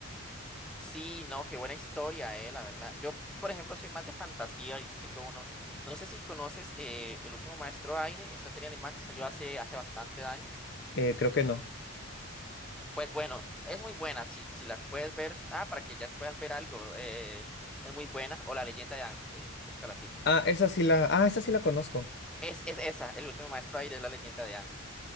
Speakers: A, in the centre; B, on the left.
A: sí, no, qué buena historia, eh, la verdad. Yo, por ejemplo, soy más de fantasía. Ahorita tengo uno. No sé si conoces eh, El último maestro aire, esa serie animada que salió hace, hace bastante años.
B: Eh, creo que no.
A: Pues bueno, es muy buena. Si, si la puedes ver, ah, para que ya puedas ver algo, eh, es muy buena. O La leyenda de Aang, eh, búscala así también.
B: Ah, esa sí la, ah, esa sí la conozco.
A: Es, es esa, El último maestro aire es la leyenda de Aang.